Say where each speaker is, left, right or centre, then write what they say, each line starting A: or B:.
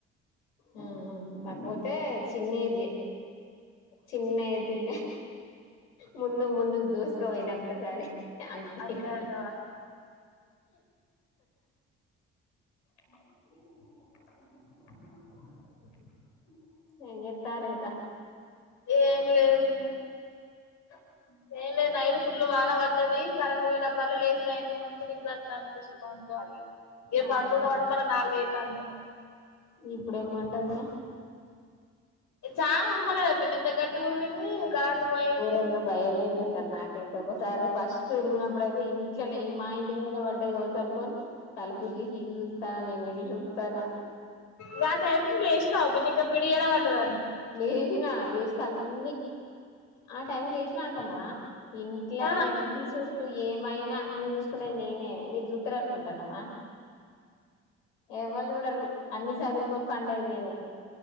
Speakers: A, on the left (about 85°); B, on the left (about 60°).
A: మ్ మ్ కాకపోతే చిన్నేజే చిన్న ఏజ్ పిల్నే ముందు ముందు దూసుకోపోయిన ఒక్కసారి. ఆగిపోయినా
B: అంతే అంటావా.
A: ఆ ఆ. <unintelligible> ఏం చేస్తారు ఇంకా.
B: ఏం లేదు పిన్ని.
A: హా <unintelligible>
B: ఏం లేదు నైట్ ఫుల్ వాన పడ్డది కరెంట్ పోయినప్పుడల్లా లేసుడు అయింది మంచి నిద్ర. తన్ కుసిగా పండుకోవాలి ఇగ
A: నాకు
B: పండుకుందాంమంటే మళ్ళా నాలుగయితాంది.
A: ఇప్పుడు ఏం మంటంది
B: చాలా ఉర్మలేదా పిన్ని ఎంత గట్టిగా ఉరిమింది కరెంట్ పోయింది.
A: చిన్న భయం అయింది అసలు నాకే. అయితే ఒకసారి ఫస్ట్ ఉరిమినప్పుడయితే ఇంట్లోనే మా ఇంటి ముందనే పడ్డది కావచ్చు అనుకోని. తలుపులు తీసి ఇటు చూత్తాన నేను ఇటు చూత్తాన.
B: గ టైం కు లేచినావు పిన్ని ఇంకా పిడుగు ఏడ పడ్డది అన్ని.
A: లేచినా లేచి తలుపు ఆ టైం లేచినా అంటాన్నావా. ఇంట్లా
B: ఆహా
A: ఇంటి చుట్టు ఏమైనా అన్ని చూసుకునేది నేనే వీళ్ళు చూ స్తారు అనుకుంటాన్నావా ఎవలు చూడరు అన్ని సదురుకొని పండేది నేనే